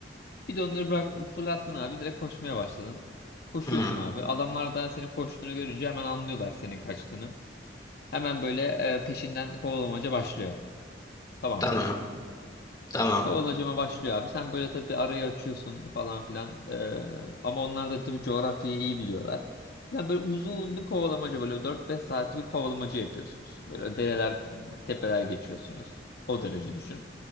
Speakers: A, on the left (about 60°); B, on the left (about 20°).
A: Bir de onları bırak fırlattın abi. Direkt koşmaya başladın. Koşuyorsun
B: Hmm.
A: abi. Adamlar da senin koştuğunu görünce hemen anlıyorlar senin kaçtığını. Hemen böyle e, peşinden kovalamaca başlıyor. Tamam
B: Tamam.
A: mı?
B: Tamam.
A: Kovalacama başlıyor abi. Sen böyle tabii arayı açıyorsun falan filan. Ee, ama onlar da tabii coğrafyayı iyi biliyorlar. Yani böyle uzun bir kovalamaca böyle dört beş saatlik bir kovalamaca yapıyorsunuz. Böyle dereler, tepeler geçiyorsunuz. O derece düşün.